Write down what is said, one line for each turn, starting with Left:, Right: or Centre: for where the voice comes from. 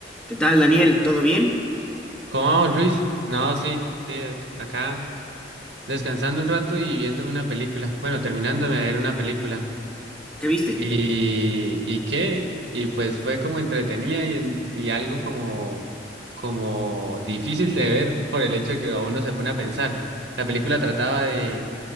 Centre: ¿Qué tal, Daniel? ¿Todo bien?
Right: ¿Cómo vamos, Luis? No, sí, sí, ac- acá descansando un rato y viéndome una película. Bueno, terminándome de ver una película.
Centre: ¿Qué viste?
Right: ¿Y, y qué? Y pues fue como entretenida y, en- y algo como, como difícil de ver por el hecho de que a uno se pone a pensar. La película trataba de,